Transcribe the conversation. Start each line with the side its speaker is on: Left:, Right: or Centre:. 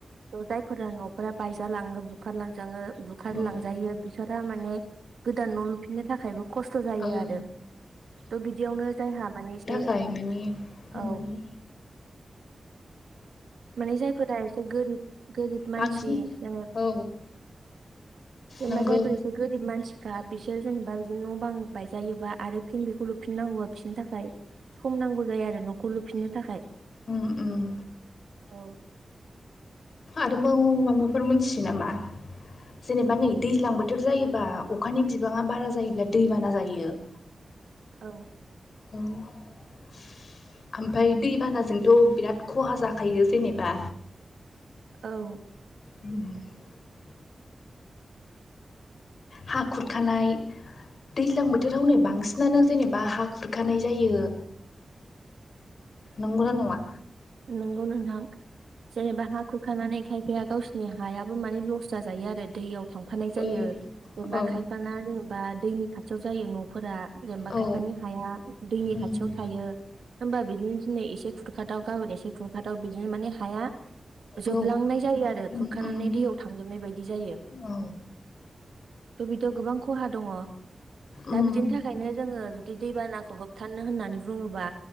Right: थ' जायफोरा न' फोरा बायजालाङो बुखारलांजाङो बुखार
Left: उम
Right: लांजायो बिसोरा माने गोदान न' लुफिननो थाखायबो खस्थ' जायो
Left: औ
Right: आरो थ बिदियावनो जायहा माने एसे
Left: जाय माने
Right: औ
Left: उम
Right: माने जायफोरा एसे गोरिब गोरिब मानसि
Left: बांसिन
Right: जेने
Left: औ
Right: जेनेबा
Left: नंगौ
Right: जायफोर एसे गोरिब मानसिखा बिसोर जेनेबा बिदिनो न' बां बायजायोबा आरो फिन बेखौ लुफिननांगौब बिसोरनि थाखाय सम नांगौ जायो आरो न'खौ लुफिननो थाखाय
Left: उम उम
Right: औ
Left: आरोबाव माबाफोर मोनथियो नामा जेनेबा नै दैज्लां बोथोर जायोबा अखानि बिबाङा बारा जायोब्ला दैबाना जायो <inaudible>
Right: औ
Left: औ ओमफफ्राय दैबानाजोंथ' बिराद खहा जाखायो जेनेबा
Right: औ
Left: <inaudible> हा खुरखानाय दैज्लां बोथोराव नै बांसिनानो जेनेबा हा खुरखानाय जायो नंगौना नङा
Right: नोंगौ नोंथां जेनेबा हा खुरखानानै खायफाया गावसिनि हायाबो माने लस जाजायो आरो दैयाव थांफानाय जायो
Left: औ
Right: जेनबा
Left: औ
Right: खायफाना जेनेबा दैनि खाथियाव जायो न'फोरा जेनेबा
Left: औ
Right: खायफानि हाया दैनि
Left: उम
Right: खाथियाव थायो होमबा बिदिनो दिनै एसे खुरखादाव गाबोन एसे खुरखादाव बिदिनो माने हाया जोबलांनाय
Left: औ
Right: जायो आरो
Left: उम
Right: खुरखानानै
Left: उम
Right: दैयाव थांजोबनाय बायदि जायो
Left: औ
Right: थ' बिदि गोबां खहा दङ दा
Left: उम
Right: बिदिनि थाखायनो जोङो बि दैबानाखौ होबथानो होननानै बुङोबा